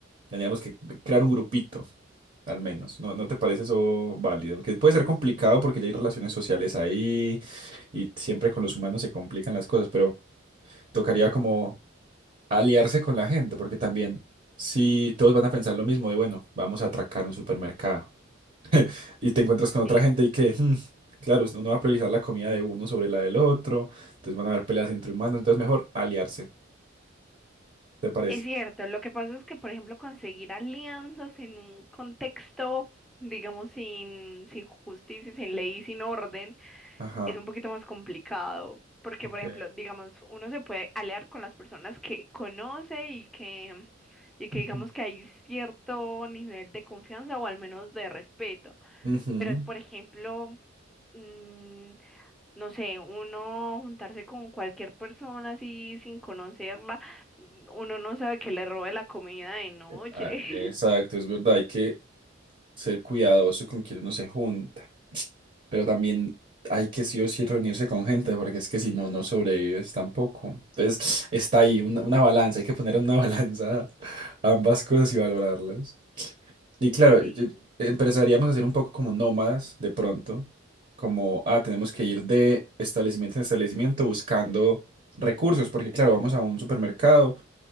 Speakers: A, on the right; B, in the centre.
A: Tendríamos que crear un grupito, al menos. ¿No, no te parece eso válido? Que puede ser complicado porque ya hay relaciones sociales ahí y siempre con los humanos se complican las cosas, pero tocaría como aliarse con la gente, porque también si todos van a pensar lo mismo de, bueno, vamos a atracar un supermercado y te encuentras con otra
B: Sí.
A: gente y que... mm, Claro, uno va a priorizar la comida de uno sobre la del otro, entonces van a haber peleas entre humanos, entonces mejor aliarse. ¿Te parece?
B: Es cierto, lo que pasa es que, por ejemplo, conseguir alianzas en un contexto, digamos, sin, sin justicia, sin ley, sin orden,
A: Ajá.
B: es un poquito más complicado. Porque,
A: Ok.
B: por ejemplo, digamos, uno se puede aliar con las personas que conoce y que, y que
A: Ujú.
B: digamos que hay cierto nivel de confianza o al menos de respeto.
A: Ujú.
B: Pero, por ejemplo, mm, no sé, uno juntarse con cualquier persona así sin conocerla, mm, uno no sabe que le robe la comida de noche.
A: Ah,
B: <laughs>
A: Exacto, es verdad, hay que ser cuidadoso con quien uno se junta, pero también hay que sí o sí reunirse con gente, porque es que si no, no sobrevives tampoco. Entonces, está ahí una, una balanza, hay que poner en una <laughs> balanza ambas cosas y valorarlas. Y claro,
B: Sí,
A: yo- empezaríamos a ser un poco como nómadas de pronto, como, ah, tenemos que ir de establecimiento en establecimiento buscando recursos, porque claro, vamos a un supermercado.